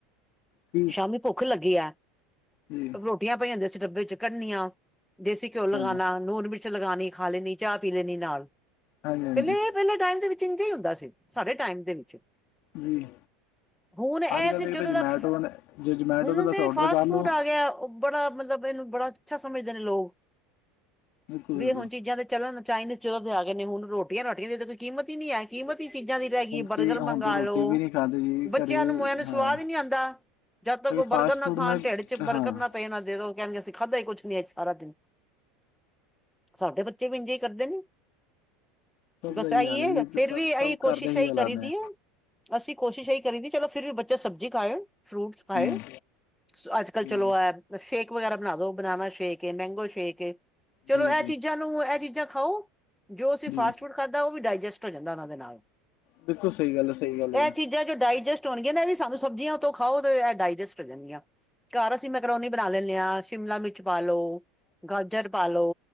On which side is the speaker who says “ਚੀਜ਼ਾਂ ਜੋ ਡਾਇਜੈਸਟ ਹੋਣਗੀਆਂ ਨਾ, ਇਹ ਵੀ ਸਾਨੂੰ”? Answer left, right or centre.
Centre